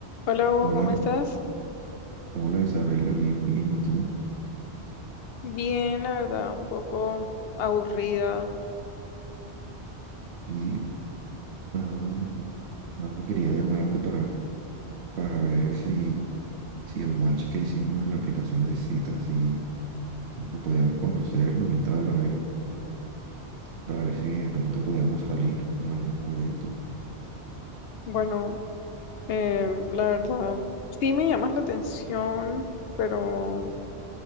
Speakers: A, on the left; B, on the right.
A: Hola Hugo,
B: Hola,
A: ¿cómo estás?
B: hola Isabela, bien, bien, ¿y tú?
A: Bien, la verdad, un poco aburrida.
B: Sí, ah, nada, quería llamarte para, para ver si, si el match que hicimos en la aplicación de citas, si que podíamos conocernos y tal, a ver, para ver si de pronto podíamos salir en algún momento.
A: Bueno, eh, la verdad, sí me llamas la atención, pero,